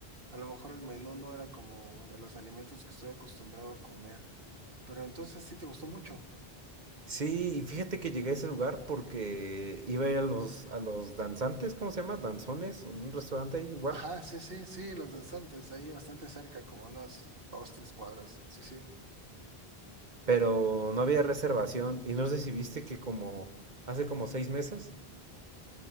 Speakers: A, on the right (about 60°); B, on the right (about 45°).
A: A lo mejor el menú no era como de los alimentos que estoy acostumbrado a comer. Pero entonces sí te gustó mucho.
B: Sí, y fíjate que llegué a ese lugar porque iba a ir a los, a los danzantes, ¿cómo se llama? Danzones, un restaurante ahí igual.
A: Ajá, sí, sí, sí, los danzantes, ahí bastante cerca, como unas dos, tres cuadras. Sí, sí.
B: Pero no había reservación y no sé si viste que como hace como seis meses.